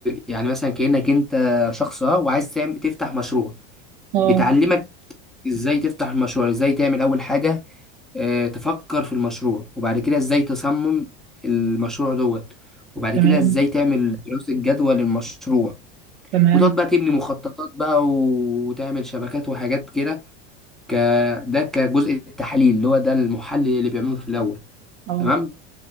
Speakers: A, in the centre; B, on the right.
A: يعني مثلا كأنك انت شخص اه وعايز تعمل تفتح مشروع
B: اه
A: بتعلمك ازاي تفتح المشروع ازاي تعمل اول حاجة آه، تفكر في المشروع وبعد كده ازاي تصمم المشروع دوت وبعد
B: تمام
A: كده ازاي تعمل دراسة جدوى للمشروع
B: تمام
A: وتقعد بقى تبني مخططات بقى و- وتعمل شبكات وحاجات كده ك... ده كجزء التحليل اللي هو ده المحلل اللي بيعمله في الاول
B: اه
A: تمام